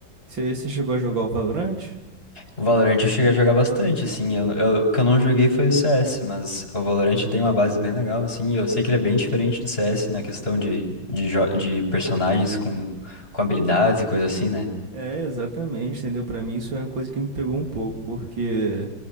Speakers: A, on the right; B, on the left.
A: Você chegou a jogar o Valorante?
B: O Valorant eu cheguei a jogar bastante, assim. Eu, eu- o que eu não joguei foi o CS, mas o Valorant tem uma base bem legal, assim. E eu sei que ele é bem diferente do CS na questão de, de, jo- de personagens com, com habilidades e coisa assim, né?
A: É, exatamente, entendeu? Pra mim isso é uma coisa que me pegou um pouco, porque.